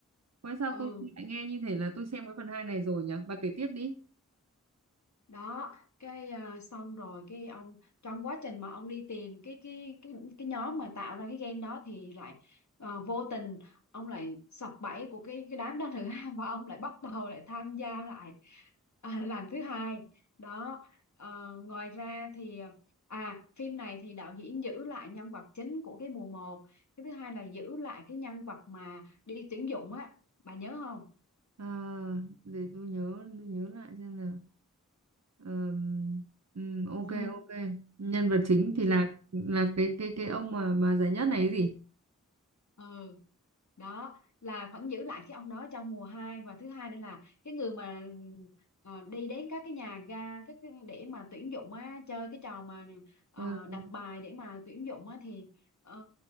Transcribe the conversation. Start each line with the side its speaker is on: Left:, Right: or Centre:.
Right: Quái sao
Left: ừ
Right: tôi lại nghe như thế là tôi xem cái phần hai này rồi nhỉ? Bà kể tiếp đi.
Left: đó cái à, xong rồi cái ông trong quá trình mà ông đi tìm cái cái cái cái nhóm mà tạo ra cái game đó thì lại ờ, vô tình ông lại sập bẫy của cái cái đám đó nữa <laughs> và ông lại bắt đầu lại tham gia lại à, lần thứ hai đó Ờ, ngoài ra thì à phim này thì đạo diễn giữ lại nhân vật chính của cái mùa một cái thứ hai là giữ lại cái nhân vật mà đi tuyển dụng á bà nhớ không
Right: À, để tôi nhớ tôi nhớ lại xem nào. Ờm, ừm, ok
Left: ừ.
Right: ok nhân vật chính thì là là cái cái cái ông mà mà giải nhất này ấy gì
Left: ừ đó là vẫn giữ lại cái ông đó trong mùa hai và thứ hai nữa là cái người mà ờ, đi đến các cái nhà ga các cái, để mà tuyển dụng á chơi cái trò mà ờ,
Right: Ờ, ừ,
Left: đặt bài để mà tuyển dụng á thì ờ,